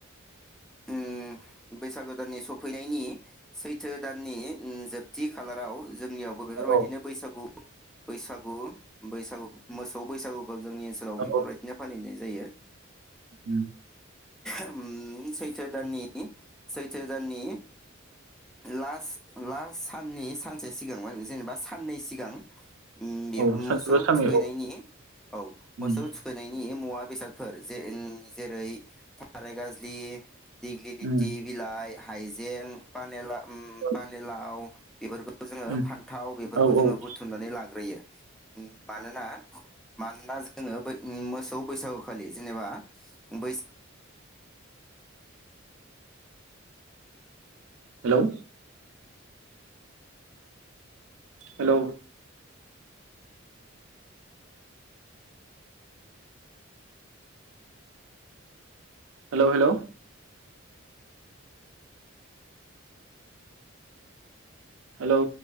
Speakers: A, in the centre; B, on the right.
A: उम बैसागो दाननि सौफैनायनि सैथो दाननि उम जोबथि खालाराव जोंनियावबो बेफोरबायदिनो
B: औ
A: बैसागु बैसागु बैसागु मोसौ बैसागु जोंनि ओनसोलाव बेफोरबायदिनो
B: औ
A: फालिनाय जायो
B: उम
A: ओम सैथो दाननि नि सैथो दाननि लास लास साननि सानसे सिगां जेनेबा साननै सिगां उम बे
B: औ सानसेबा
A: मोसौ
B: साननै
A: थुखैनायनि
B: औ
A: औ
B: उम
A: मोसौ थुखैनायनि मुवा बेसादफोर जे उम जेरै थाराय गाजलि दिग गिथि
B: उम
A: बिलाइ हाइजें पानेला उम
B: औ
A: पानेलाव बेफोरखौ जोङो
B: उम
A: फान्थाव बेफोरखौ
B: औ
A: जोङो
B: औ उम
A: बुथुमनानै लाग्रोयो मानोना मानोना जोङो बो उम मोसौ बैसागु खालि जेनेबा बैसा
B: hello hello hello hello hello